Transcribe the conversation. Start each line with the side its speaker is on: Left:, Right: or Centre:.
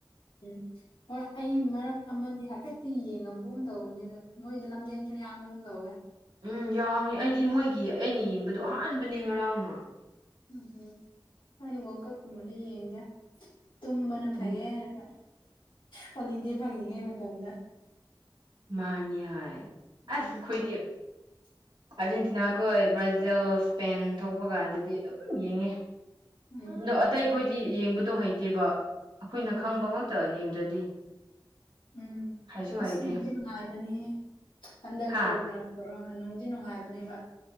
Left: ꯎꯝ ꯍꯣꯏ ꯑꯩ ꯃꯔꯛ ꯑꯃꯗꯤ ꯍꯥꯏꯐꯦꯠꯇꯤ ꯌꯦꯡꯉꯝꯕꯒꯨꯝ ꯇꯧꯕꯅꯦꯗꯨ ꯃꯣꯏꯗꯣ ꯂꯝꯖꯦꯟꯁꯨ ꯌꯥꯡꯕꯒꯨꯝ ꯇꯧꯋꯦ
Right: ꯎꯝ ꯌꯥꯡꯉꯦ ꯑꯩꯗꯤ ꯃꯣꯏꯒꯤ ꯑꯩꯅ ꯌꯦꯡꯕꯗꯨ ꯑꯍꯥꯟꯕꯅꯦ ꯉꯔꯥꯡꯅ
Left: ꯎꯝꯍꯝ ꯑꯩ ꯋꯥꯜꯀꯞꯀꯨꯝꯕꯗꯤ ꯌꯦꯡꯗꯦ ꯇꯨꯝꯕꯅ ꯐꯩꯌꯦ
Right: ꯎꯝ
Left: ꯍꯥꯏꯔ ꯍꯣꯂꯤꯗꯦ ꯐꯪꯉꯤꯉꯩ ꯃꯇꯝꯗ
Right: ꯃꯥꯅꯤꯍꯥꯏ ꯑꯁ
Left: ꯎꯝ
Right: ꯑꯩꯈꯣꯏꯗꯤ
Left: <inaudible>
Right: ꯑꯥꯔꯖꯦꯟꯇꯤꯅꯥ ꯈꯣꯏ ꯕ꯭ꯔꯥꯖꯤꯜ ꯏꯁꯄꯦꯟ ꯊꯣꯛꯄ ꯀꯥꯟꯗꯗꯤ ꯑꯗꯨꯝ ꯌꯦꯡꯉꯦ
Left: ꯎꯝ ꯎꯝ
Right: ꯗꯣ ꯑꯇꯩ ꯈꯣꯏꯗꯤ ꯌꯦꯡꯕꯗꯣ ꯍꯩꯇꯦꯕ ꯑꯈꯣꯏꯅ
Left: ꯎꯝꯍꯝ
Right: ꯈꯪꯕ ꯉꯥꯛꯇ ꯌꯦꯡꯗ꯭ꯔꯗꯤ
Left: ꯎꯝ
Right: ꯍꯩꯁꯨ
Left: ꯑꯁ
Right: ꯍꯩꯇꯦ
Left: ꯅꯨꯡꯗꯤ ꯅꯨꯡꯉꯥꯏꯕꯅꯍꯦ ꯍꯟꯗꯛ
Right: ꯍꯥ
Left: ꯄꯣꯔꯅꯪ ꯑꯣꯔꯑ ꯅꯨꯡꯗꯤ ꯅꯨꯡꯉꯥꯏꯕꯅꯦꯕ